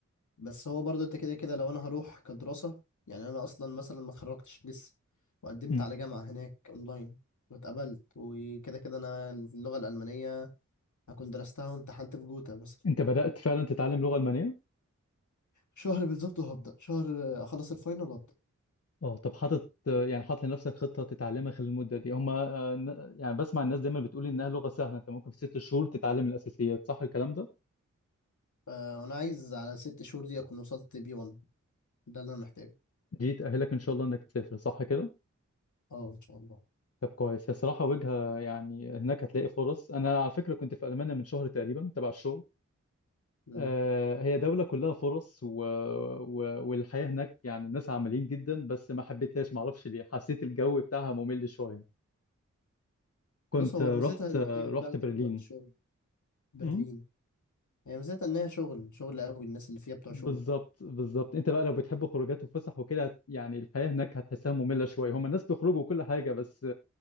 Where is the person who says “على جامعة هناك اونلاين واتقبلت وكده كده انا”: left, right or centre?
Left